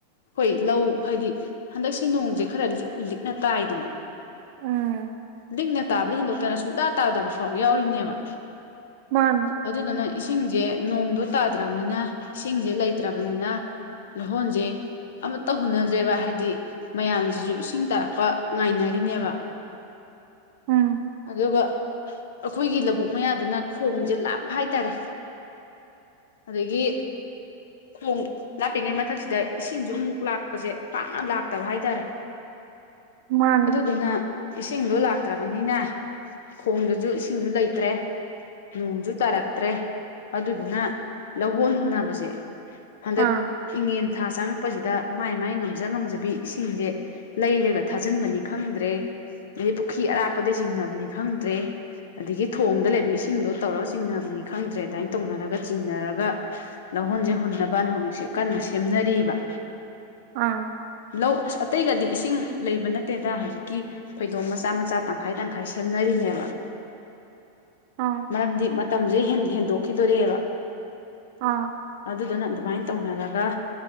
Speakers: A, on the left; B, on the right.
A: ꯈꯣꯏ ꯂꯧ ꯍꯥꯏꯗꯤ ꯍꯟꯗꯛꯁꯤ ꯅꯣꯡꯖꯦ ꯈꯔ ꯂꯤꯛꯅ ꯂꯤꯛꯅ ꯇꯥꯏꯗꯅ
B: ꯎꯝ
A: ꯂꯤꯛꯅ ꯇꯥꯕꯗꯩ ꯍꯦꯟꯗꯣꯛꯇꯅ ꯁꯨꯡꯇꯥ ꯇꯥꯗꯕ ꯐꯥꯎ ꯌꯥꯎꯔꯤꯅꯦꯕ
B: ꯃꯥꯅꯦ
A: ꯑꯗꯨꯗꯨꯅ ꯏꯁꯤꯡꯖꯦ ꯅꯣꯡꯗꯣ ꯇꯥꯗ꯭ꯔꯥꯕꯅꯤꯅ ꯏꯁꯤꯡꯖꯦ ꯂꯩꯇ꯭ꯔꯥꯕꯅꯤꯅ ꯂꯧꯍꯣꯟꯖꯦ ꯑꯃꯠꯇꯥ ꯍꯨꯟꯅꯗ꯭ꯔꯦꯕ ꯍꯥꯏꯗꯤ ꯃꯌꯥꯝꯖꯤꯁꯨ ꯏꯁꯤꯡ ꯇꯥꯔꯛꯄ ꯉꯥꯏꯅꯔꯤꯅꯦꯕ
B: ꯎꯝ
A: ꯑꯗꯨꯒ ꯑꯈꯣꯏꯒꯤ ꯂꯧꯕꯨꯛ ꯃꯌꯥꯗꯨꯅ ꯈꯣꯡꯖꯦ ꯂꯥꯞꯄ ꯍꯥꯏꯇꯥꯔꯦ ꯑꯗꯒꯤ ꯈꯣꯡ ꯂꯥꯞꯄꯤꯉꯩ ꯃꯊꯛꯁꯤꯗ ꯏꯁꯤꯡꯖꯨ ꯑꯃꯨꯛ ꯂꯥꯛꯄꯖꯦ ꯄꯥꯛꯅ ꯂꯥꯛꯇꯕ ꯍꯥꯏꯇꯥꯔꯦ
B: ꯃꯥꯅꯦ
A: ꯑꯗꯨꯗꯨꯅ ꯏꯁꯤꯡꯗꯣ ꯂꯥꯛꯇ꯭ꯔꯥꯕꯅꯤꯅ ꯈꯣꯡꯗꯨꯖꯨ ꯏꯁꯤꯡꯖꯨ ꯂꯩꯇ꯭ꯔꯦ ꯅꯣꯡꯖꯨ ꯇꯥꯔꯛꯇ꯭ꯔꯦ ꯑꯗꯨꯗꯨꯅ ꯂꯧꯍꯣꯟ ꯍꯨꯟꯅꯕꯁꯦ ꯍꯟꯗꯛ
B: ꯑꯥ
A: ꯏꯉꯦꯟ ꯊꯥ ꯆꯪꯉꯛꯄꯖꯤꯗ ꯃꯥꯏ ꯃꯥꯏ ꯉꯝꯖ ꯉꯝꯖꯕꯤ ꯏꯁꯤꯡꯖꯦ ꯂꯩꯔꯒ ꯊꯥꯖꯤꯟꯕꯅꯤ ꯈꯪꯗ꯭ꯔꯦ ꯅꯩ ꯄꯨꯈ꯭ꯔꯤ ꯑꯔꯥꯞꯄꯗꯩ ꯆꯤꯡꯅꯕꯅꯤ ꯈꯪꯗ꯭ꯔꯦ ꯑꯗꯒꯤ ꯊꯣꯡꯗ ꯂꯩꯕ ꯏꯁꯤꯡꯗꯣ ꯇꯧꯔꯒ ꯆꯤꯡꯅꯕꯅꯤ ꯈꯪꯗ꯭ꯔꯦ ꯑꯗꯥꯏꯟ ꯇꯧꯅꯔꯒ ꯆꯤꯡꯅꯔꯒ ꯂꯧꯍꯣꯟꯖꯦ ꯍꯨꯟꯅꯕꯅ ꯍꯧꯖꯤꯛꯁꯦ ꯀꯟꯅ ꯁꯦꯝꯅꯔꯤꯕ
B: ꯑꯥ
A: ꯂꯧ ꯑꯁ ꯑꯇꯩꯒꯥꯗꯤ ꯏꯁꯤꯡ ꯂꯩꯕ ꯅꯠꯇꯦꯗ ꯍꯧꯖꯤꯛꯀꯤ ꯐꯩꯗꯣꯝ ꯃꯆꯥ ꯃꯆꯥ ꯇꯪꯈꯥꯏ ꯇꯪꯈꯥꯏ ꯁꯦꯝꯅꯔꯤꯅꯦꯕ
B: ꯑꯥꯎ
A: ꯃꯔꯝꯗꯤ ꯃꯇꯝꯖꯦ ꯍꯦꯟ ꯍꯦꯟꯗꯣꯛꯈꯤꯗꯣꯔꯦꯕ
B: ꯑꯥ
A: ꯑꯗꯨꯗꯨꯅ ꯑꯗꯨꯃꯥꯏꯟ ꯇꯧꯅꯔꯒ